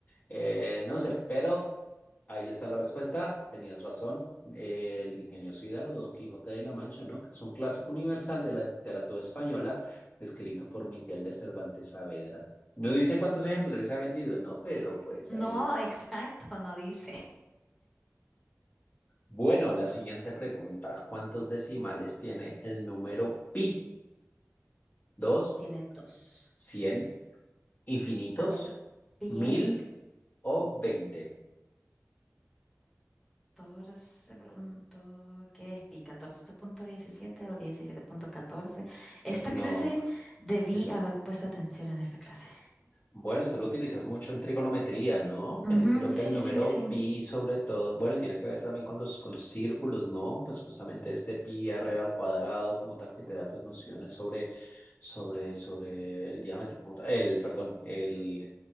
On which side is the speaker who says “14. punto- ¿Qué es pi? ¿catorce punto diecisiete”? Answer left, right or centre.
Centre